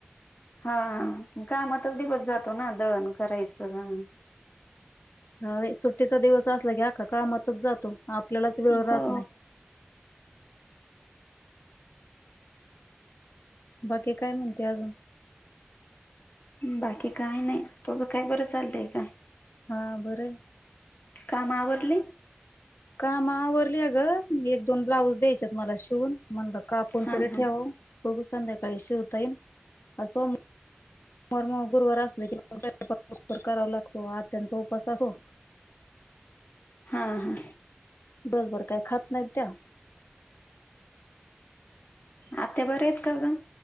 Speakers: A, on the left (about 50°); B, on the left (about 75°).
A: हा कामातच दिवस जातो ना दळण करायचं ह
B: हा सुट्टीचा दिवस असला की अक्खा कामातच जातो आपल्यालाच वेळ राहत
A: हो.
B: नाही बाकी काय म्हणते अजून
A: बाकी काय नाही तुझं काय बरं चालतंय का
B: हां बरं
A: कामाआवरली
B: काम आवरली आहे ग एक दोन ब्लाउज द्यायचेत मला शिवून म्हणल का आपण
A: हा
B: तरी
A: हा
B: ठेव बघू संध्याकाळी शेवता येईल अस सो मर्म <inaudible> गुरुवार असले किर करावा लागतो आज त्यांचा उपास असो
A: हा हा
B: बस बरं काय खात नाहीत त्या
A: आत्या बर आहेत का ग